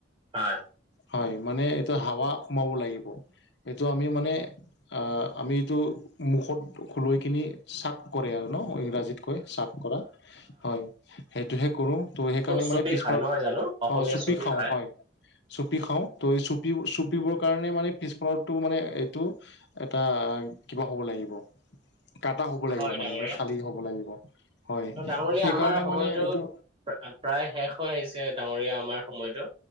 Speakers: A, on the right; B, on the left.
A: হয়।
B: হয় মানে এইটো হাৱা সোমাব লাগিব, এইটো আমি মানে আঁহ আমিইটো মুখত খোলৈ কিনি চাক কৰে আৰু ন' ইংৰাজীত কয় চাক কৰা, হয়। সেইটোহে কৰোঁ। ত' সেইকাৰণে
A: চুপি
B: মানে পিছফালত
A: খাই নহয় জানো? অসমীয়া
B: অঁ চুপি খাওঁ
A: খায়।
B: হয়। চুপি খাওঁ ত' এই চুপ চুপিবৰ কাৰণে মানে পিছফালৰটো মানে এইটো এটা কিবা হ'ব লাগিব। কাটা হ'ব লাগিব
A: হয়
B: মানে
A: ডাঙৰীয়া।
B: এবাৰ খালী হ'ব লাগিব। হয়,
A: আৰু ডাঙৰীয়া
B: সেইকাৰণে
A: আমাৰ সময়টো
B: মানে এইটো
A: প্ৰা প্ৰায় শেষ হৈ আহিছে, ডাঙৰীয়া আমাৰ সময়তো